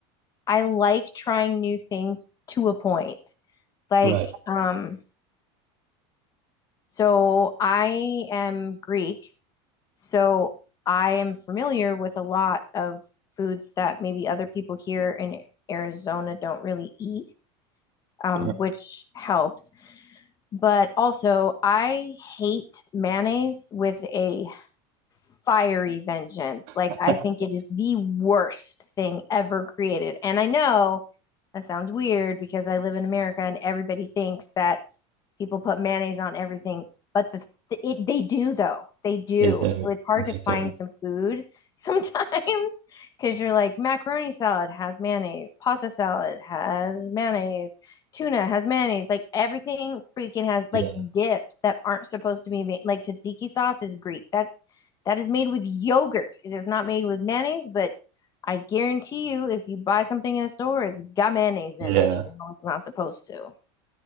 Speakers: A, on the left; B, on the right.
A: I like trying new things to a point. Like,
B: Right,
A: um, so I am Greek, so I am familiar with a lot of foods that maybe other people here in Arizona don't really eat, um,
B: sure.
A: which helps. But also, I hate mayonnaise with a fiery vengeance. Like,
B: <laughs>
A: I think it is the worst thing ever created. And I know that sounds weird because I live in America and everybody thinks that people put mayonnaise on everything but the it, they do though they do
B: They do.
A: so it's hard
B: They
A: to find
B: do.
A: some food <laughs> sometimes because you're like macaroni salad has mayonnaise pasta salad has mayonnaise tuna has mayonnaise like everything freaking has
B: Yeah.
A: like dips that aren't supposed to be made like tzatziki sauce is greek that that is made with yogurt it is not made with mayonnaise but i guarantee you if you buy something in a store it's got mayonnaise
B: Yeah.
A: in it even though it's not supposed to